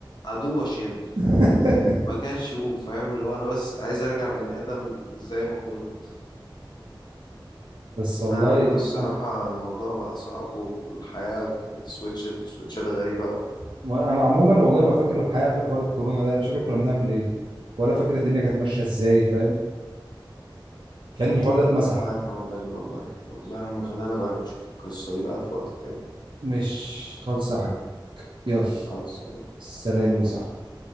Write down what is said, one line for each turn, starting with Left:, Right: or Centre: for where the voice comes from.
Left: أدوق وأشم
Right: <laughs>
Left: وبعد كده أشوف فاهم اللي هو أنا بس عايز أرجع بني آدم زي ما كنت
Right: بس والله
Left: لا يا عم الصراحة
Right: انا
Left: الموضوع بقى صعب والحياة بت- بتسويتش سويتشات غريبة أوي
Right: وأنا عموما والله ما فاكر الحياه قبل حوار الكورونا ده مش فاكر كنا بنعمل ايه ولا فاكر الدنيا كانت ماشيه ازاي فاهم كان الحوار ده اتمسح
Left: الله يتولانا والله والله يا عم خلينا بقى نشوف القصة دي بقى في وقت تاني
Right: مش خالصة يا حاج يلا
Left: خلاص
Right: سلام يا صاحبي